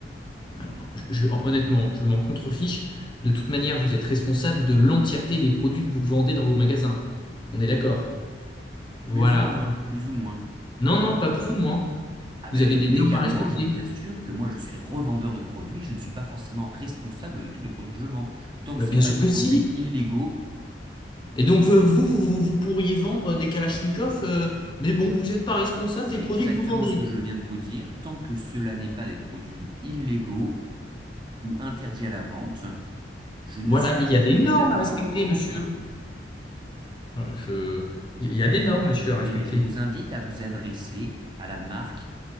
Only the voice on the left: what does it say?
Alors, je- je- honnêtement, je m'en contrefiche. De toute manière, vous êtes responsable de l'entièreté des produits que vous vendez dans vos magasins. On est d'accord?
Voilà.
Non, non, pas plus ou moins.
Vous avez des
normes à respecter.
Bah,
bien
sûr
que
si.
Et donc, euh, vous, vous, vous- pourriez vendre des Kalachnikov, euh, mais bon, vous n'êtes pas responsable
des produits
que vous vendez.
Voilà,
mais il y a
des normes
à respecter,
monsieur. Euh, Je... Il y a des normes, monsieur, à respecter.